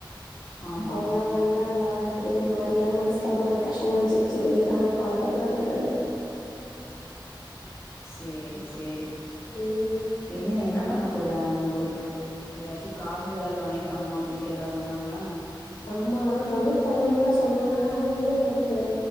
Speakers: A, on the left (about 30°); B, on the left (about 55°).
A: ஆமா
B: அவ்ங்ளா வந்தாங்ளா எனக் அப்டியே ஒரு மாரியா மனசுல ஒரு மாரி கஷ்டமாருந்துச்சு செரி ஏதான் ஒனக்கு கால் பண்ணலாம்ட்டு பண்ணே
A: செரி செரி
B: ம்
A: என்ன என்ன பண்ண போற அவ்ங்களுக்கு ஏதாச்சு காசு ஏதாவது டொனேட் பண்ணும் அப்படின்ட்டு எதாச்சு சொன்னாங்களா ன்ன
B: ஆமா டொனேட் பண்ணு தான் சொன்னாங்க ஆனா வந்து எனக்கு